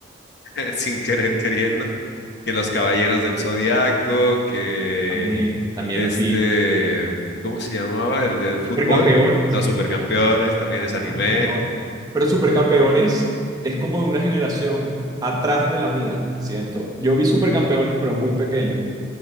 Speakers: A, on the left; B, on the right.
A: <laughs> Sin querer queriendo. Que los Caballeros del Zodiaco, que
B: También, también
A: este,
B: los vi.
A: ¿cómo se llamaba? El del fútbol,
B: Supercampeones.
A: los Supercampeones, también es anime.
B: supercampeones. Pero Supercampeones es como de una generación atrás de la mía, siento. Yo vi Supercampeones, pero muy pequeño.